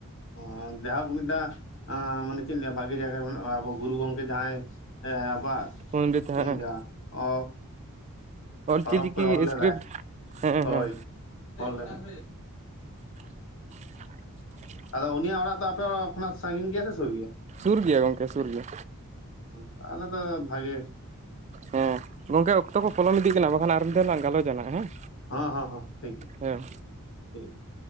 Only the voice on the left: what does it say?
ᱚ ᱡᱟᱭᱦᱳᱠ ᱢᱤᱫᱴᱟᱝ ᱚᱸ ᱢᱟᱱᱮ ᱪᱮᱫ ᱤᱧ ᱞᱟᱹᱭᱟ ᱵᱷᱟᱹᱜᱤ ᱡᱟᱭᱜᱟ ᱨᱮ ᱢᱮᱱᱟᱜᱼᱟ ᱟᱵᱚ ᱜᱩᱨᱩ ᱜᱚᱝᱠᱮ ᱡᱟᱦᱟᱸᱭ ᱦᱮᱸ ᱟᱵᱟᱨ
ᱪᱮᱫ
ᱤᱧ ᱞᱟᱹᱭᱟ ᱚ
ᱦᱚᱨᱚᱯ ᱠᱚᱭ ᱚᱞ ᱞᱮᱫᱟᱭ,
ᱦᱳᱭ
ᱚᱞ ᱞᱮᱫᱟ ᱾
ᱟᱫᱚ ᱩᱱᱤᱭᱟᱜ ᱚᱲᱟᱜ ᱫᱚ ᱟᱯᱮ ᱠᱷᱚᱱᱟᱜ ᱥᱟᱺᱜᱤᱧ ᱜᱮᱭᱟ ᱥᱮ ᱥᱩᱨ ᱜᱮᱭᱟ?
ᱛᱟᱦᱞᱮ ᱫᱚ ᱵᱷᱟᱜᱮ
ᱦᱚᱸ ᱦᱚᱸ ᱦᱚᱸ ᱴᱷᱤᱠ ᱜᱮᱭᱟ,
ᱴᱷᱤᱠ ᱜᱮᱭᱟ ᱾